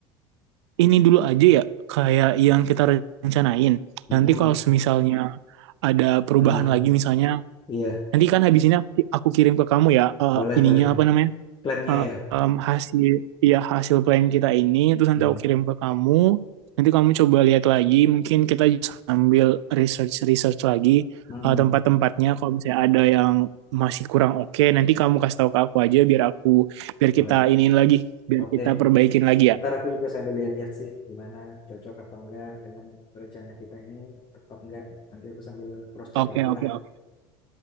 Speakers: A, on the right (about 85°); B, on the left (about 35°).
A: ini dulu aja ya kayak yang kita rencanain.
B: Mm-mm.
A: Nanti kalau semisalnya ada perubahan
B: Mm-mm.
A: lagi misalnya
B: Iya,
A: nanti kan habis ini aku aku kirim ke kamu ya eh,
B: boleh,
A: ininya
B: boleh.
A: apa namanya
B: Plannya ya?
A: em, hasil ya hasil plan kita ini terus
B: Iya.
A: nanti aku kirim ke kamu nanti kamu coba lihat lagi mungkin kita sambil research research lagi
B: Mm-mm.
A: eh, tempat-tempatnya kalau misalnya ada yang masih kurang oke nanti kamu kasih tahu ke aku aja biar aku biar kita
B: Boleh.
A: iniin lagi biar
B: Oke.
A: kita perbaikin lagi ya
B: Ntar aku juga sambil lihat-lihat sih gimana cocok apa enggak dengan rencana kita ini tepat enggak. Nanti aku sambil cross-check
A: oke
B: lagi
A: oke
B: lah.
A: oke